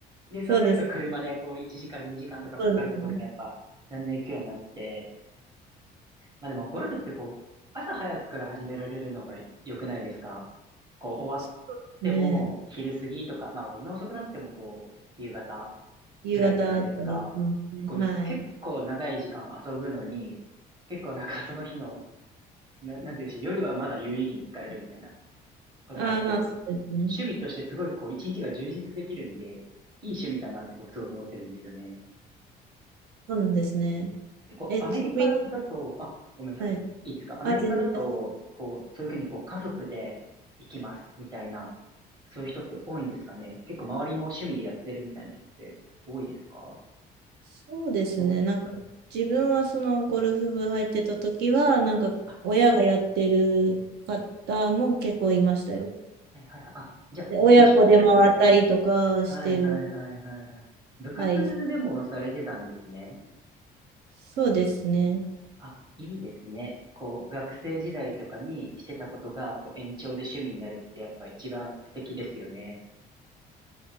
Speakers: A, on the right (about 25°); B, on the right (about 70°).
A: で、そうなると車でこう1時間2時間とかかかるところにやっぱだんだん行くようになって、
B: そうです。そうですね。
A: まあでもゴルフってこう、朝早くから始められるのが良くないですかこう、終わっ
B: ちょっとね、
A: ても、昼過ぎとか、まあ、どんな遅くなっても、こう、夕方
B: 夕方とかですね。
A: ぐらいじゃないですか。こう、
B: はい。
A: い結構長い時間遊ぶのに、結構なんかその日の、な、なんていうんでしょう、夜はまだ有意義に使えるみたいな。こう、
B: ああ、
A: だからこう、
B: まあ、そうですね。
A: 趣味としてすごいこう、一日が充実できるんで、いい趣味だなって僕すごい思ってるんですよね。
B: そうなんですね。
A: 結構、
B: え、
A: アメリカだと、
B: ちなみに、
A: あ、ごめんなさい。
B: はい。
A: いいですかアメリカだと、
B: あ、全然大丈夫。
A: こう、そういうふうにこう、家族で行きますみたいな、そういう人って多いんですかね。結構周りも趣味でやってるみたいな人って多いですか
B: そうですね。
A: どうですか
B: なんか、自分はそのゴルフ部入ってた時は、なんか、
A: あ、
B: 親がやってる方も結構いましたよ。
A: はいはいはい。あ、じゃあ、
B: で、親子で回ったりとかしてる。
A: 最初こう、はいはいはいはいはい。部活でもされてたんですね。
B: はい。そうですね。
A: あ、いいですね。こう、学生時代とかにしてたことが、こう、延長で趣味になるってやっぱ一番素敵ですよね。